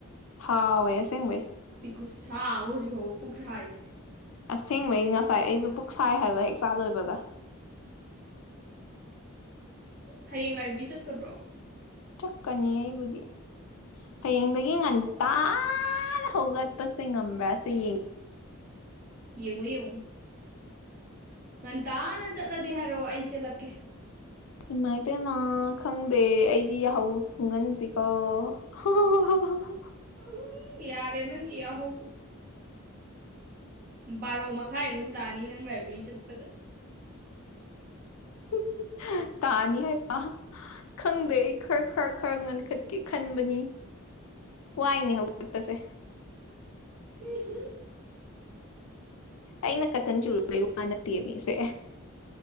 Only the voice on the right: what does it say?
ꯈꯨꯁꯥ ꯑꯃ ꯍꯧꯖꯤꯛ ꯐꯥꯎꯕ ꯄꯨꯛ ꯁꯥꯔꯤ
ꯍꯌꯦꯡ ꯂꯥꯏꯕ꯭ꯔꯦꯔꯤ ꯆꯠꯀꯗ꯭ꯔꯣ
ꯑꯣꯀꯦ
ꯌꯦꯡꯉꯨ ꯌꯦꯡ ꯉꯨ ꯉꯟꯇꯥꯅ ꯆꯠꯂꯗꯤ ꯍꯥꯏꯔꯛꯑꯣ ꯑꯩ ꯆꯦꯜꯂꯛꯀꯦ
ꯎ ꯌꯥꯔꯦ ꯅꯪ ꯌꯥ ꯍꯨ ꯕꯥꯔꯣ ꯃꯈꯥꯏ ꯑꯗꯨꯝ ꯇꯥꯅꯤ ꯅꯪ ꯂꯥꯏꯕ꯭ꯔꯦꯔꯤ ꯆꯠꯄꯗ <unintelligible> <inaudible>
<unintelligible> <inaudible>
ꯍ <unintelligible> <inaudible>